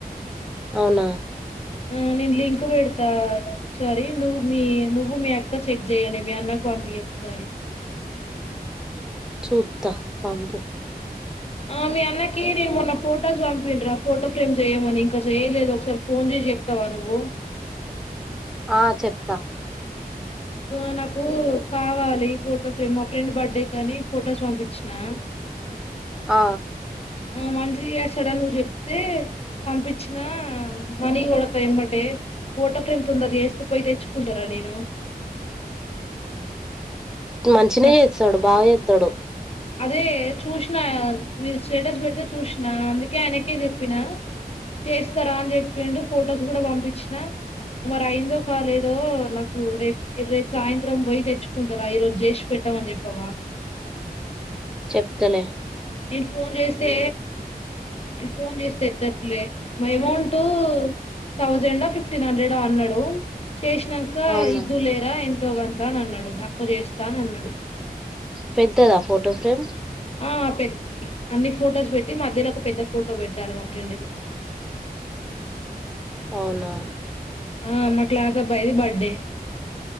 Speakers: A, in the centre; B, on the left.
A: అవునా.
B: ఉమ్ నేన్ లింక్ పెడతా, ఒకసారి నువ్వు మీ, నువ్వు మీ అక్క చెక్ జేయ్యండి. మీ అన్నకు పంపి ఒకసారి.
A: చూత్తా పంపు.
B: ఆ మీ అన్నకి నేను మొన్న ఫొటోస్ పంపిన్రా ఫోటో ఫ్రేమ్ జేయ్యమని, ఇంకా జేయ్యలేదు. ఒకసారి ఫోన్ చేసి చెప్తావా నువ్వు.
A: ఆ చెప్తా.
B: ఉ నాకు. కావాలి ఫోటో ఫ్రేమ్, మా ఫ్రెండ్ బర్త్డే కాని ఫొటోస్ పంపించ్చినా.
A: ఆ.
B: ఉమ్ మంచిగా చేస్తాడని నువ్వు జేప్తే, పంపించ్చినా. మనీ గోడతా ఎమ్మటే. ఫోటో ఫ్రేమ్ తొందర జేస్తే, పోయి తెచ్చుకుంటారా నేను.
A: మంచినే
B: నాకు
A: చేస్తాడు, బాగా జేస్తాడు.
B: అదే చూసినా మీరు స్టేటస్ పెడితే చూసినా, అందుకే ఆయనకే చెప్పినా, చేస్తారా అని చెప్పిండు. ఫొటోస్ గుడా పంపించినా, మరి అయిందో, కాలేదో నాకు రేప్ రేప్ సాయంత్రం పోయి తెచ్చుకుంటారా ఈ రోజు జేష్. పెట్టమని జేప్పవా.
A: చెప్తాలే.
B: నేన్ ఫోన్ జేస్తే. నేను ఫోన్ చేస్త ఎత్తట్లే మ అమౌంట్ థౌజండ్ ఒ ఫిఫ్టీన్ హండ్రెడ్ అన్నాడు చేసినాక
A: అవునా
B: ఇద్దు లేరా ఎంతో గంత అని అన్నడు దప్పు చేస్తా అని అన్నడు
A: పెద్దదా ఫోటో ఫ్రేమ్
B: ఆ పెద్ద అన్ని ఫొటోస్ పెట్టి మధ్యలో ఒక పెద్ద ఫోటో పెట్టాలి మా ఫ్రెండ్ది
A: అవునా
B: ఆ మా క్లాస్ అబ్బాయిది బర్డే